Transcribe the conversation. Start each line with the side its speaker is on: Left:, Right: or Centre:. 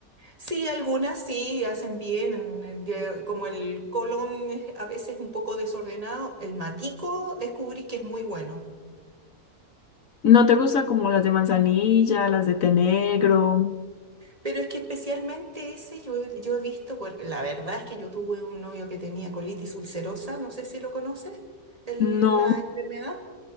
Right: Sí, algunas sí hacen bien, eh, ya- como el colon es a veces un poco desordenado, el matico descubrí que es muy bueno.
Left: ¿No te gustan como las de manzanilla, las de té negro?
Right: Pero es que especialmente ese yo, he- yo he visto, porque la verdad es que yo tuve un novio que tenía colitis ulcerosa, no sé si lo conoces, el-
Left: No.
Right: la enfermedad.